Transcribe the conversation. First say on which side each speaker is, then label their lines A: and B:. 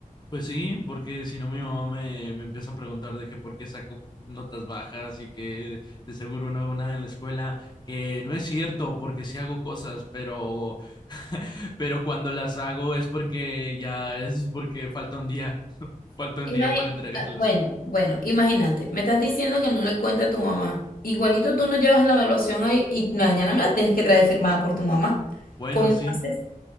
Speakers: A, on the left; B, on the left.
A: Pues sí, porque si no mi mamá me, me empieza a preguntar de que por qué saco notas bajas y que de seguro no hago nada en la escuela, que no es cierto porque sí hago cosas, pero, <laughs> pero cuando las hago es porque ya es porque falta un día, <laughs> falta un
B: Imagi-
A: día para entregarlas.
B: ah, bueno, bueno, imagínate, me estás diciendo que no le cuente a tu mamá. Igualito tú no llevas la evaluación ahí y mañana me la tienes que traer firmada por tu mamá.
A: Bueno,
B: ¿Cómo
A: sí,
B: haces?